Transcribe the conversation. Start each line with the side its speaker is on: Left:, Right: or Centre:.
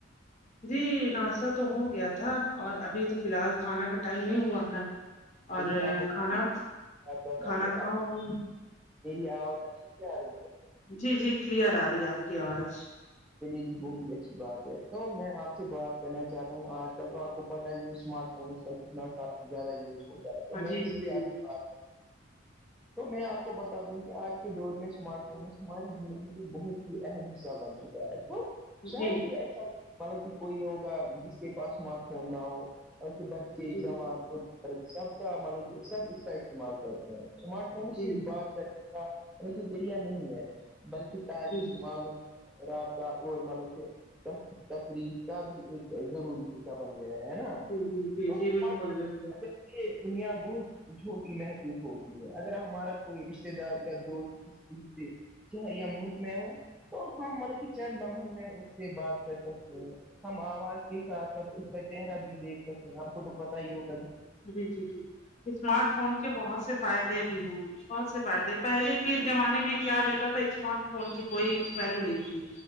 Left: جی ناشتہ تو ہو گیا تھا اور ابھی تو فی الحال کھانا کا ٹائم نہیں ہوا ہے اور
Centre: چلیے آپ مجھے
Left: کھانا
Centre: آپ بتائیے
Left: کھانا کھاؤں
Centre: آپ میری آواز اچھی نہیں آ رہی ہے
Left: جی جی کلیئر آ رہی ہے آپ کی آواز
Centre: کے لیے بھی بہت ہی اچھی بات ہے تو میں آپ سے بات کرنا چاہتا ہوں آج کل تو آپ کو پتاہ ہی ہے اسمارٹ کا کتنا زیادہ یوز ہوتا ہے تو
Left: ہاں
Centre: میں
Left: جی
Centre: اسی پ
Left: جی
Centre: آ سے بات کر تو میں آپ کو بتا دوں کہ آج کے دور میں اسمارٹ فونس ہماری زندگی کے بہت ہی اہم حصہ بن چکے ایسے
Left: جی جی
Centre: شاید ہی ایسا حالک کوئی ہوگا جس کے پاس اسمارٹ فون نہ ہوک بچے
Left: جی
Centre: جوان سب کا مان کہ سب اس کا استعمال کرتے ہیں اسمارٹ
Left: جی
Centre: فون صرف
Left: جی
Centre: بات نے کا ان کے ذریعہ نہیں ہے بلکہ تعلیم
Left: جی
Centre: معلوم رابطہ اور مطلب کہ تفریح کا بھی ایک ضروری ہے اا بن گیا ہے نا
Left: جی جی جی
Centre: تو
Left: جی
Centre: ف
Left: بالکل بالکل
Centre: یہ دنیا بہت جھوٹی محسوس ہوتی ہے اگر ہمارا کوئی رشتتے دار یا دوست شہریا ملک میں وہ ہم ملب کہ چند بموں میں اس سے بات کر سکتے ہیں ہم آواز کے ساتھ ساتھ اس کا چہرہ بھی دیکھ سکتے ہیں آپ کو تو پتا ہی ہوگا کہ
Left: جی جی جی اسمارٹ فون کے بہت سے فائدے بھی ہیں بہت سے فائدے پہلے کے زمانے میں کیا رہتا تھا اسمارٹ فون کی کوئی ویلو نہیں تھی